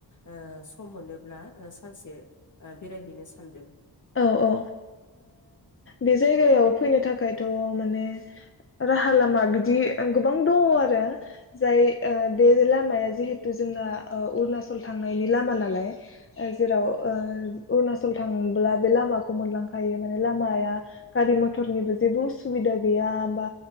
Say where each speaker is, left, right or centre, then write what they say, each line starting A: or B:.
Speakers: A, on the left; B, on the left.
A: ओ सम मोनोब्ला ओ सानसे बेरायहैनो सानदों
B: औ औ ओ बे जायगायाव फैनो थाखायथ' माने राहा लामा बिदि गोबां दङ आरो जाय ओ बे लामाया जिहेथु जोंना ओ अरुणचल थांनायनि लामा नालाय ओ जेराव ओ अरुनाचल थांब्ला बे लामाखौ मोनलांखायो माने लामाया गारि मटरनिबो जेबों उसुबिदा गैया बा